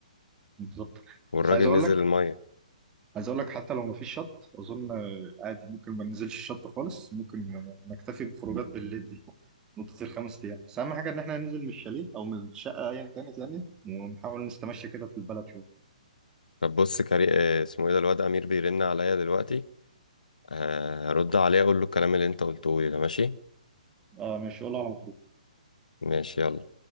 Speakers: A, on the right; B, on the left.
A: بالظبط
B: والراجل
A: بس عايز اقول
B: نزل
A: لك
B: الميه
A: عايز اقول لك حتى لو مفيش شط اظن آه، عادي ممكن ما ننزلش الشط خالص ممكن آه، نكتفي بخروجات بالليل دي مدة الخمس ايام بس اهم حاجة ان احنا ننزل من الشاليه او من الشقة ايا كانت يعني ونحاول نستمشى كده في البلد شوية
B: طب بص كري اه، اسمه ايه ده الواد امير بيرن عليا دلوقتي اه، هرد عليه اقول له الكلام اللي انت قلته لي ده ماشي
A: اه ماشي قول على مطروح
B: ماشي يلا